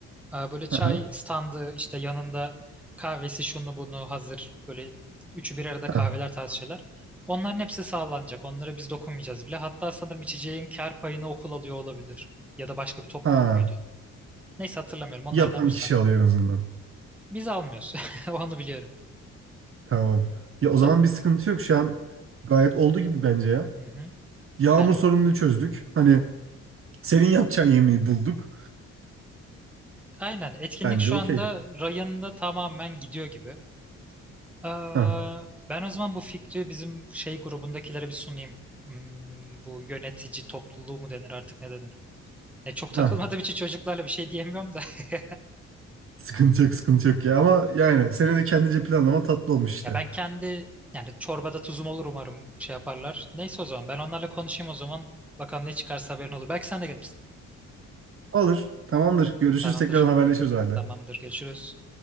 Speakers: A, in the centre; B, on the right.
A: E, böyle çay
B: Aha.
A: standı işte yanında kahvesi şunu bunu hazır böyle üçü bir arada
B: Ha.
A: kahveler tarzı şeyler. Onların hepsi sağlanacak. Onlara biz dokunmayacağız bile. Hatta sanırım içeceğin kar payını okul alıyor olabilir. Ya da başka bir topluluk
B: Ha.
A: muydu? Neyse hatırlamıyorum. Onlardan
B: Yapan
A: birisi.
B: kişi alıyor en azından.
A: Biz almıyoruz. <laughs> Onu biliyorum.
B: Tamam. Ya o
A: Tam
B: zaman bir sıkıntı yok şu an. Gayet oldu gibi bence ya.
A: Hı hı.
B: Yağmur
A: yani
B: sorununu çözdük. Hani senin yapacağın yemeği bulduk.
A: aynen etkinlik
B: Bence
A: şu
B: okey.
A: anda rayında tamamen gidiyor gibi. Aa,
B: Ha
A: ben o zaman bu fikri bizim şey grubundakilere bir sunayım. Hmm, bu yönetici topluluğu mu denir artık ne denir? Ya çok takılmadığım
B: ha.
A: için çocuklarla bir şey diyemiyorum da. <laughs>
B: Sıkıntı yok, sıkıntı yok ya. Ama yani seni de kendince planlaman tatlı olmuş işte.
A: Ya ben kendi yani çorbada tuzum olur umarım şey yaparlar. Neyse o zaman ben onlarla konuşayım o zaman. Bakalım ne çıkarsa haberin olur. Belki sen de gelirsin.
B: Olur. Tamamdır. Görüşürüz.
A: Tamamdır.
B: Tekrar haberleşiriz o halde.
A: Tamamdır. Görüşürüz.